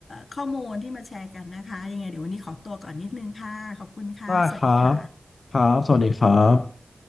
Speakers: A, on the left; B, on the left.
A: ข้อมูลที่มาแชร์กันนะคะยังไงเดี๋ยววันนี้ขอตัวก่อนนิดนึงค่ะขอบคุณค่ะสวัสดีค่ะ
B: ได้ครับครับสวัสดีครับ